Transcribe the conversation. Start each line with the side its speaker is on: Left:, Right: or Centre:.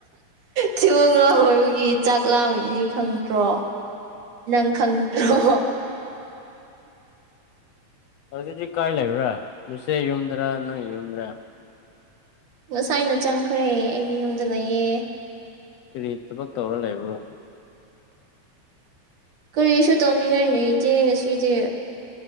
Right: ꯊꯤꯒꯣ ꯂꯥ ꯍꯣꯏꯕꯒꯤ ꯆꯥꯛ ꯂꯥꯕꯅꯤꯅꯤ ꯈꯪꯗ꯭ꯔꯣ ꯅꯪ ꯈꯪꯗ꯭ꯔꯣ
Left: ꯍꯧꯖꯤꯛꯗꯤ ꯀꯥꯏ ꯂꯩꯕ꯭ꯔꯥ ꯃꯁꯦ ꯌꯨꯝꯗ꯭ꯔꯥ ꯅꯪ ꯌꯨꯝꯗ꯭ꯔꯥ
Right: ꯉꯁꯥꯏꯩꯅ ꯆꯪꯈ꯭ꯔꯦ ꯑꯩꯒꯤ ꯌꯨꯝꯗ ꯂꯩꯌꯦ
Left: ꯀꯔꯤ ꯊꯕꯛ ꯇꯧꯔ ꯂꯩꯕ꯭ꯔꯣ
Right: ꯀꯔꯤꯁꯨ ꯇꯧꯅꯤꯡꯉꯥꯏꯅꯤ ꯏꯇꯦ ꯉꯁꯤꯗꯤ